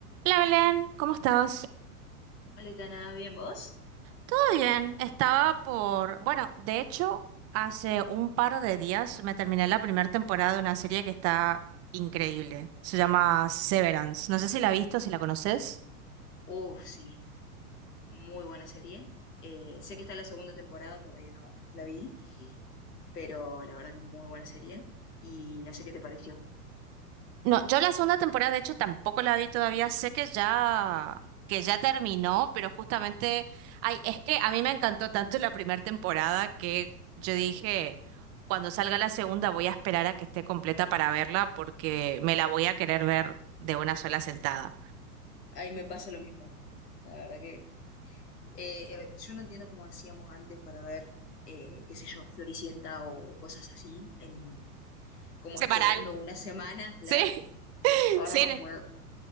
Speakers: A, on the right (about 30°); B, on the left (about 80°).
A: Hola Belén, ¿cómo estás?
B: Hola, nada ¿bien vos?
A: Todo bien, estaba por... Bueno, de hecho, hace un par de días me terminé la primera temporada de una serie que está increíble. Se llama Severance. No sé si la has visto, si la conoces.
B: Oh, sí, muy buena serie. Eh, sé que está la segunda temporada, todavía no la vi, pero la verdad que muy buena serie. Y no sé qué te pareció.
A: No, yo la segunda temporada, de hecho, tampoco la vi todavía. Sé que ya, que ya terminó, pero justamente, ay, es que a mí me encantó tanto la primera temporada que yo dije, cuando salga la segunda voy a esperar a que esté completa para verla porque me la voy a querer ver de una sola sentada.
B: Ahí me pasa lo mismo. La verdad que eh, eh, yo no entiendo cómo hacíamos antes para ver, eh, qué sé yo, Floricienta o cosas así, en, como
A: Semanal.
B: esperando una semana, claro.
A: Sí, <laughs>
B: Ahora
A: sí,
B: no puedo.